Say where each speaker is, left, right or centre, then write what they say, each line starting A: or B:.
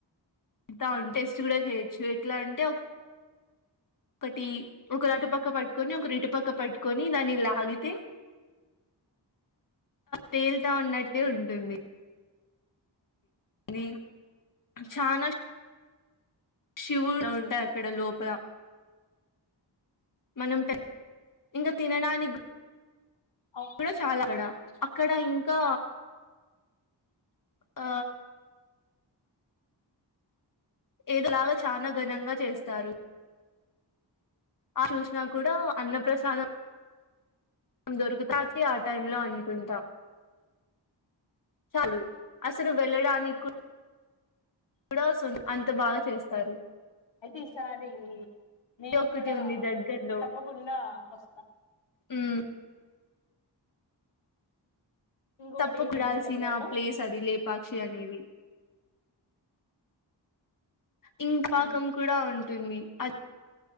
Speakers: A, on the left; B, on the left.
A: తా ఉన్ టెస్ట్ కూడా చేయచ్చు ఎట్లా అంటే ఒక ఒకటి ఒకర్ అటుపక్క పట్టుకొని ఒకర్ ఇటుపక్క పట్టుకొని దాన్ని లాగితే తేలుతా ఉన్నట్టే ఉంటుంది ఇ చానా శివు ఉంటాయి అక్కడ లోపల మనం తె ఇంగ తినడానిక్ గు
B: అవు
A: కుడ చాలా అక్కడ అక్కడ ఇంకా ఆ ఎదొ లాగా చానా ఘనంగా చేస్తారు అ చూసినా కూడా అన్న ప్ర్రసాదం నం దొరుకుతా రాత్రి ఆ టైమ్ లో అనుకుంటా చ వుడు అసలు వెళ్ళడానికి కూడా సున్ అంత బాగా చేస్తారు
B: అయితీసారి నేను
A: ఇది ఒకటి
B: కూడా
A: ఉంది దగ్గర్లో
B: తప్పకుండా ఒస్తా
A: మ్
B: ఇంకొకటి
A: తప్పకుడాల్సిన
B: ఏది ఉంది దగ్గరలో
A: ప్లేస్ అది లేపాక్షి అనేది ఇంక్ పాకం
B: మ్మ్.
A: కూడా ఉం ంటంది అ